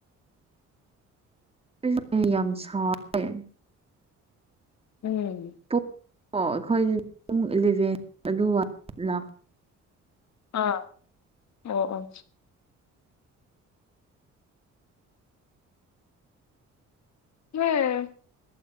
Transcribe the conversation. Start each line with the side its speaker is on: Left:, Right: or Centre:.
Right: ꯑꯩꯁ‌ꯦ ꯌꯥꯝ ꯁꯥꯎꯌ‌ꯦ
Left: ꯎꯝ
Right: <unintelligible>
Left: ꯑꯥ ꯑꯣ ꯑꯣ ꯌ‌ꯦ